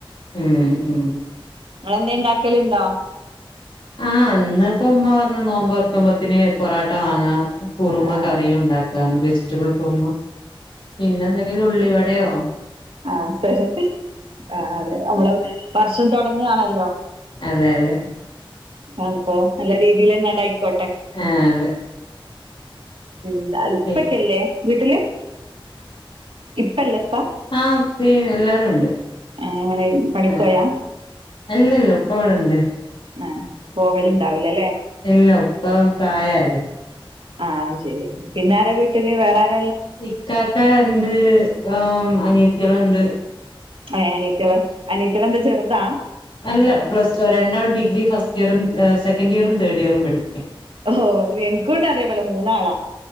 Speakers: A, on the left (about 60°); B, on the right (about 70°).
A: ഉം ഉം
B: ങ്ങളെന്തേ ണ്ടാക്കലുണ്ടോ?
A: ആ ന്ന് പ്പൊ മ്മ പറഞ്ഞു നോമ്പോർക്കുമ്പോത്തിന് പൊറോട്ട വാങ്ങാ
B: ആഹ്
A: കുറുമ
B: ആഹ് അതെ
A: കറിയുണ്ടാക്കാ വെജിറ്റബിൾ കുറുമ പിന്നെന്തെങ്കിലുള്ളിവടയോ
B: ആ ശരി ആ അതെ നമ്മളെ വർഷം തൊടങ്ങാണല്ലോ
A: അതെ അതെ
B: അപ്പൊ നല്ല രീതിലന്നണ്ടായിക്കോട്ടെ
A: ആഹ് അതെ
B: ന്താ ഇപ്പക്കല്ലേ
A: പിന്നെ
B: വീട്ടില് ഇപ്പല്ലേപ്പ
A: ആ ഇപ്പീ എല്ലാരുണ്ട്
B: ഏഹ് അങ്ങനെ പണിക്കോയാ
A: ആ അല്ലല്ലോ ഉപ്പവെടൊണ്ട്
B: ആഹ് പോവലുണ്ടാവൂലല്ലേ
A: ഉം ഇല്ല ഉപ്പ പ്രായായത്
B: ആ അഹ് ശരി പിന്നാരാ വീട്ടില് വേറാരാ
A: ഇക്കക്കാണ്ട് ഓ അനിയത്തേള്ണ്ട്
B: ഏ അനിയത്തേള് അനിയത്തേളെന്താ ചെറുതാ
A: അല്ല പ്ലസ് വ രണ്ടാളും ഡിഗ്രി ഫസ്റ്റിയറും എ സെക്കന്റിയറും തേർഡിയറും പഠിക്ക
B: ഒഹോ എനിക്കുണ്ടതേപോലെ മൂന്നാളാ